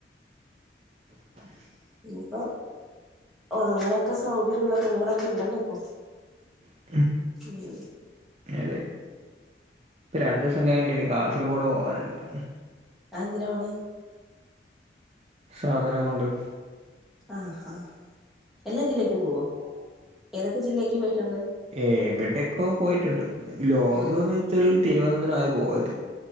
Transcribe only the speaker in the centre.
ഞ്ഞിപ്പൊ ഒണങ്ങാനൊക്കെ സൗകര്യള്ള തുണികളൊക്കെ ണ്ടല്ലൊ പ്പൊ
ഉം
അത് എന്തിനാ പോണ്
ആഹാ എല്ലാ ജില്ലേക്കും പോവോ ഏതൊക്കെ ജില്ലേക്ക് പോയിട്ടുണ്ട്
ഉം